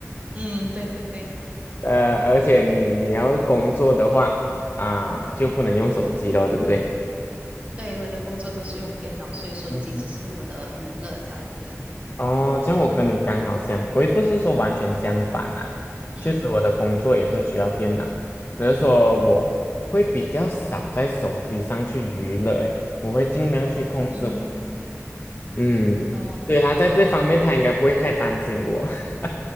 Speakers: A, on the right; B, on the left.
A: 嗯，对对对。
B: 呃，而且你你要工作的话啊、就不能用手机了，对不对？
A: 对，我的工作都是用电脑，所以手机只是我的娱乐这样子。
B: 嗯哦，这样我跟你刚好相，我也不是说完全相反啦、
A: 嗯
B: 确实我的工作也是需要电脑，只是说我会比较少在手机上去娱乐，诶，我会尽量去控制我自己。
A: 嗯，
B: 嗯，
A: 哦，
B: 对，他在这方面他应该不会太担心我 <laughs>